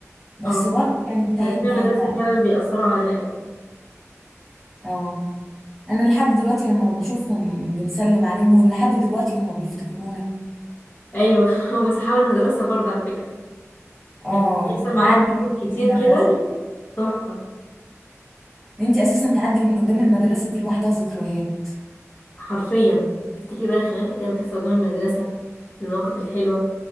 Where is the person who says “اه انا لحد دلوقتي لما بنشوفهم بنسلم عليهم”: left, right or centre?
Centre